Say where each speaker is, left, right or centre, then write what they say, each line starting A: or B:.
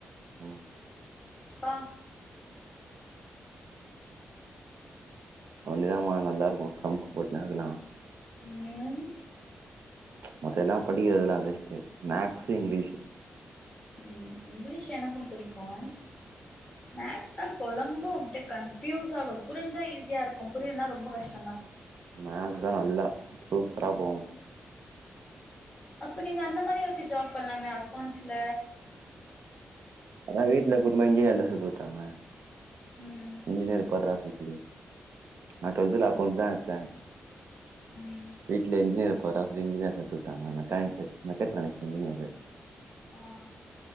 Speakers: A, on the right; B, on the left.
A: ம்
B: பா
A: வொண்டி தா மா நல்லா இருக்கு சம்சு போட்டுனே இருக்கலா
B: ம்
A: ச் மத்த எல்லா படிக்கிறதுதெல்லா வேஸ்ட்டு மேக்சு இங்கிலீஷ்
B: ம் இங்கிலீஷ் எனக்கு புடிக்கு மேக்ஸ் தா கொளம்பு அப்டியே கன்ஃயூஸ் ஆகு புரிஞ்சா ஈஸியா இருக்கு புரியலனா ரொம்ப கஷ்ட
A: மேக்ஸஅ நல்லா சூப் பிராகு
B: அப்ப நீங்க அந்த மாரி ஏதாச்சு ஜாப் பண்ணலாமே அக்கௌன்ஸ்ல
A: அதா வீட்ல கூட்டுனு போய் இஞ்ஜினியர்ல சேத்து விட்டாங்க
B: ம்
A: இஞ்ஜினியர் <unintelligible> <unintelligible> நா ட்வெல்த்துல
B: ம்
A: அக்கௌன்ஸ் தா எடுத்தே
B: ம்
A: வீட்ல இஞ்ஜினீயர் போடா சொல்லி என்ஜினீயர் சேத்து விட்டாங்க என்ன ணித்து மெகட்ரானிக்ஸ் இஞ்ஜினியரு
B: ஆ